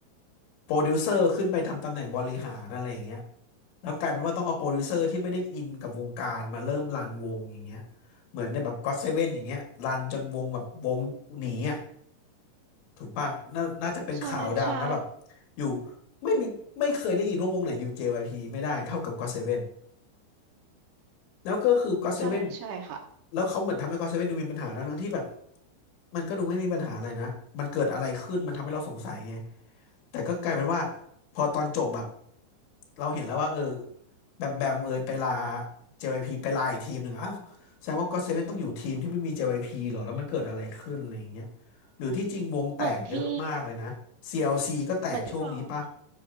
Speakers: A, on the left; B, on the right.
A: โปรดิวเซอร์ขึ้นไปทำตำแหน่งบริหารอะไรอย่างเงี้ยแล้วกลายเป็นว่าต้องเอาโปรดิวเซอร์ที่ไม่ได้อินกับวงการมาเริ่มรันวงอย่างเงี้ย
B: อืม
A: เหมือนในแบบก็อตเซเว่นอย่างเงี้ยรันจนวงแบบวงหนีอ่ะถูกป่ะน่าน่าจะเป็นข่าวดังนะแบบ
B: ใช่ใช่
A: อยู่ไม่มีไม่เคยได้ยินว่าวงไหนอยู่ JYP ไม่ได้เท่ากับก็อตเซเว่น แล้วก็คือก็อตเซเว่น
B: ใช่ใช่ค่ะ
A: แล้วเขาเหมือนทำให้ก็อตเซเว่นดูมีปัญหานะทั้งที่แบบมันก็ดูไม่มีปัญหาอะไรนะมันเกิดอะไรขึ้นมันทำให้เราสงสัยไงแต่ก็กลายเป็นว่าพอตอนจบอะเราเห็นแล้วว่าเออแบมแบมเอยไปลา JYP ไปลาอีกทีมหนึ่งอ้าวแสดงว่าก็อตเซเว่นต้องอยู่ทีมที่ไม่มี JYP เหรอแล้วมันเกิดอะไรขึ้นอะไรอย่างเงี้ยหรือที่จริงวงแตกเยอะมากเลยนะ
B: เหมือนที่
A: CLC ก็แตกช่วงนี้ป่ะ
B: เหมือนที่กวาง